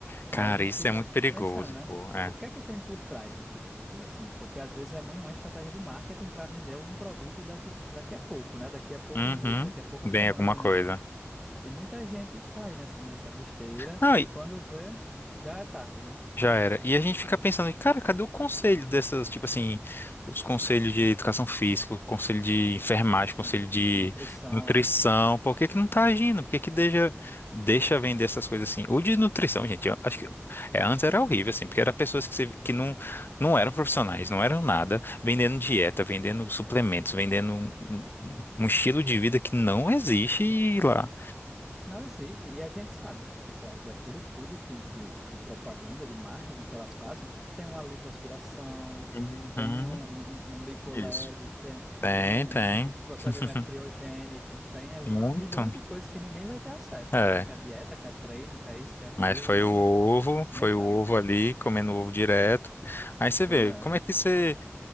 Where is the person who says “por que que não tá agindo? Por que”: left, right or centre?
Left